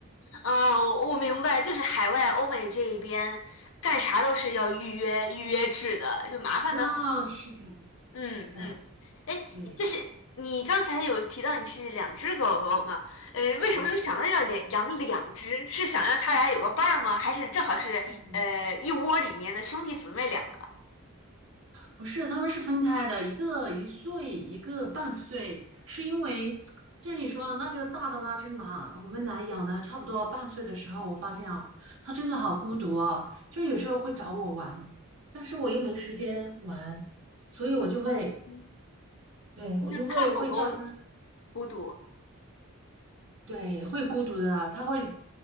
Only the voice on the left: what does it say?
啊，我我明白，就是海外欧美这一边干啥都是要预约预约制的，就麻烦的很。
嗯嗯，
哎，
就是你刚才有提到你是两只狗狗嘛？呃，为什么又想到要两养两只？
是想让它俩有个伴儿吗？还是正好是呃一窝里面的兄弟姊妹两个？
<laughs> 嗯嗯，
嗯就是怕狗狗
孤独。